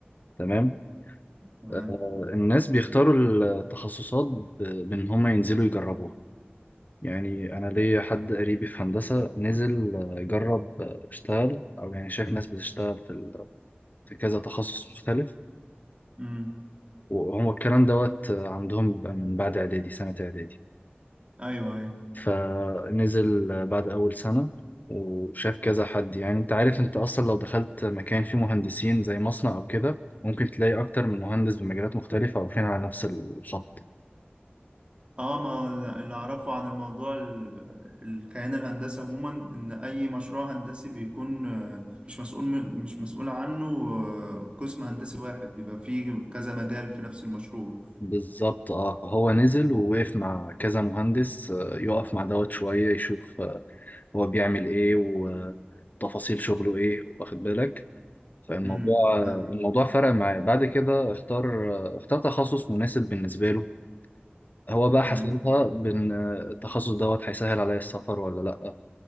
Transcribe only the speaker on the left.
تمام
آه الناس بيختاروا التخصصات ب- بإن هم ينزلوا يجربوها يعني أنا ليا حد قريبي في هندسة نزل آه، يجرب آه، اشتغل أو يعني شايف ناس بتشتغل في, ال- في كذا تخصص مختلف
وهو الكلام دوت آه، عندهم بيبقى من بعد إعدادي سنة إعدادي
فنزل بعد أول سنة وشاف كذا حد يعني أنت عارف أنت أصلا لو دخلت مكان فيه مهندسين زي مصنع أو كده ممكن تلاقي أكتر من مهندس بمجالات مختلفة واقفين على نفس الخط
بالظبط اه فهو نزل ووقف مع كذا مهندس آه، يقف مع دوت شوية يشوف آه، هو بيعمل ايه وتفاصيل شغله ايه واخد بالك فالموضوع
آه،
الموضوع فرق معاه بعد كده اختار آه، اختار تخصص مناسب بالنسبة له هو بقى
حسبها بان التخصص دوت هيسهل عليا السفر ولا لا